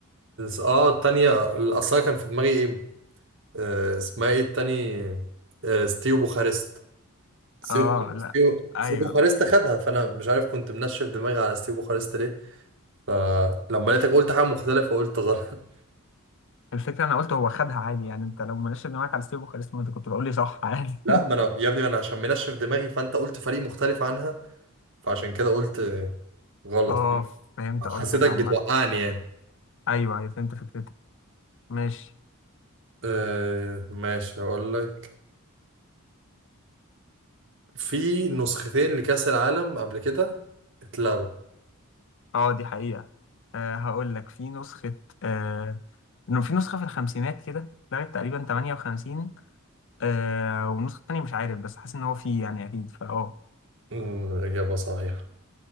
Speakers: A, on the right (about 55°); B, on the left (about 60°).
A: اه التانية الأصلها كان في دماغي ايه آه اسمها ايه التاني آه ستيو بوخارست ستيف
B: اه لا
A: ستيف
B: أيوه
A: ستيف بوخارست خدها فانا مش عارف كنت منشف دماغي على ستيف بوخارست ليه فلما لقيتك قلت حاجه مختلفه قلت غلط <laughs>
B: الفكرة أنا قلت هو خدها عادي يعني أنت لو مناش دماغك على ستيفو خالص ما أنت كنت بقول لي صح عادي
A: لا
B: <laughs>
A: ما انا يا ابني ما انا عشان منشف دماغي فانت قلت فريق مختلف عنها فعشان كده قلت غلط
B: اه فهمت قصدك
A: حسيتك
B: عامة
A: بتوقعني يعني
B: أيوه أيوه فهمت فكرتك ماشي
A: أه ماشي هقول لك في نسختين لكأس العالم قبل كده اتلغوا
B: اه دي حقيقة أه هقول لك في نسخة آه، انه في نسخة في الخمسينات كده اتلغت تقريبا 58 أه والنسخة التانية مش عارف بس حاسس ان هو في يعني اكيد فاه
A: أمم، إجابة صحيحة